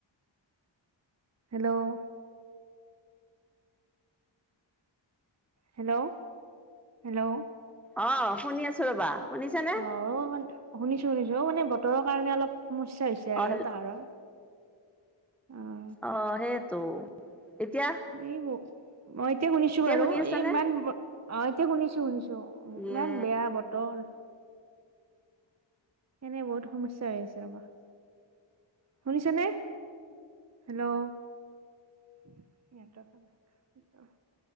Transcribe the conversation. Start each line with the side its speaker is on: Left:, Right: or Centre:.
Right: hello hello hello
Centre: অ শুনি আছো ৰবা
Right: অ
Centre: শুনিছানে
Right: অ অ মান শুনিছো শুনিছো অ মানে বতৰৰ কাৰণে অলপ সমস্যা হৈছে এতিয়া
Centre: অ
Right: আৰু
Centre: হেল্ল'
Right: তাৰাৰ অ
Centre: অ সেইটো এতিয়া
Right: এই বোৰ এতিয়া শুনিছো বাৰু
Centre: শুনি
Right: এই
Centre: আছানে?
Right: ইমান অ এতিয়া শুনিছো শুনিছো ইমান
Centre: ইয়ে
Right: বেয়া বতৰ এনে বহুত সমস্যা হৈ আছে আমাৰ শুনিছ নে হেল্লৌ' <unintelligible>